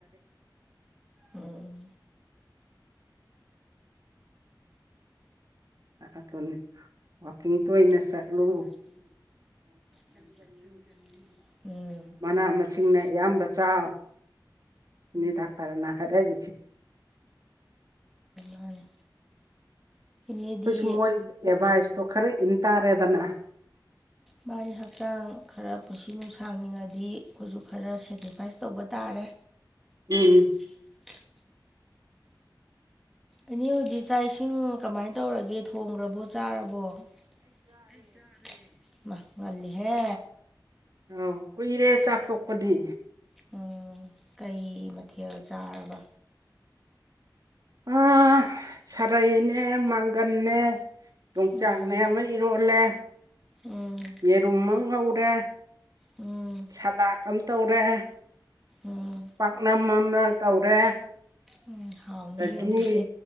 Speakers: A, in the centre; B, on the right.
A: ꯎꯝ ꯎꯝ
B: ꯑꯗꯨꯅꯤ ꯋꯥꯛꯀꯤꯡ ꯇꯣꯏꯅ
A: ꯎꯇꯤ
B: ꯆꯠꯂꯨ
A: ꯇꯣꯏꯅ ꯆꯥꯅꯤ ꯌꯥꯝ ꯆꯥꯁꯟꯒꯅꯤ ꯎꯝ ꯎꯝ
B: ꯃꯅꯥ ꯃꯁꯤꯡꯅ
A: ꯃꯥꯅꯦ
B: ꯑꯌꯥꯝꯕ ꯆꯥꯎ ꯁꯤꯅꯤ ꯗꯥꯛꯇꯔꯅ ꯍꯥꯏꯔꯛꯏꯁꯤ
A: ꯃꯥꯅꯤ ꯏꯅꯦꯗꯤ
B: ꯑꯩꯈꯣꯏꯁꯨ ꯃꯣꯏ ꯑꯦꯗꯚꯥꯏꯁꯇꯣ ꯈꯔ ꯏꯟ ꯇꯥꯔꯦꯗꯅ
A: ꯃꯥꯒꯤ ꯍꯛꯆꯥꯡ ꯈꯔ ꯄꯨꯟꯁꯤ ꯅꯨꯡꯁꯥꯡꯅꯤꯡꯉꯗꯤ ꯑꯩꯈꯣꯏꯁꯨ ꯈꯔ ꯁꯦꯀ꯭ꯔꯤꯐꯥꯏꯁ ꯇꯧꯕ ꯇꯥꯔꯦ
B: ꯎꯝ ꯎꯝ
A: <inaudible> ꯏꯅꯦ ꯍꯣꯢꯗꯤ ꯆꯥꯛ ꯏꯁꯤꯡ ꯀꯃꯥꯏꯅ ꯇꯧꯔꯒꯦ ꯊꯣꯡꯈ꯭ꯔꯕꯣ ꯆꯥꯔꯕꯣ ꯑꯩ ꯆꯥꯔꯦ ꯉꯜꯂꯤꯍꯦ
B: ꯑꯧ ꯀꯨꯏꯔꯦ ꯆꯥꯛ ꯇꯣꯛꯄꯗꯤ
A: ꯎꯝ ꯀꯩ ꯃꯊꯦꯜ ꯆꯥꯔꯕ
B: ꯎꯥ ꯁꯔꯥꯏꯅꯦ ꯃꯒꯟꯅꯦ ꯌꯣꯡꯆꯥꯛꯅꯦ
A: ꯎꯝ
B: ꯑꯃ ꯏꯔꯣꯜꯂꯦ
A: ꯎꯝ
B: ꯌꯦꯔꯃ ꯉ ꯎꯔ
A: ꯎꯝ
B: ꯁꯂꯥ ꯀꯝ ꯇꯧꯔꯦ
A: ꯎꯝ
B: ꯄꯥꯛꯅꯝ ꯑꯃꯅ ꯇꯧꯔꯦ
A: ꯎꯝ ꯍꯥꯎꯅꯤꯍꯦ
B: ꯑꯗꯒꯤ
A: ꯑꯗꯨꯗꯤ